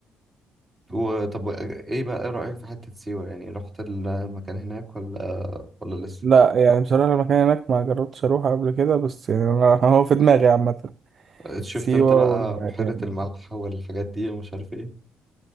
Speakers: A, on the right (about 25°); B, on the right (about 50°).
A: وطب ايه بقى ايه رأيك في حتة سيوة يعني رحت المكان هناك ولا ولا لسه
B: لا يعني بصراحة المكان هناك ما جربتش اروح قبل كده بس يعني انا <laughs> هو في دماغي عامة
A: شفت
B: سيوة
A: انت بقى
B: وال
A: بحيرة
B: يعني
A: الملح والحاجات دي ومش عارف ايه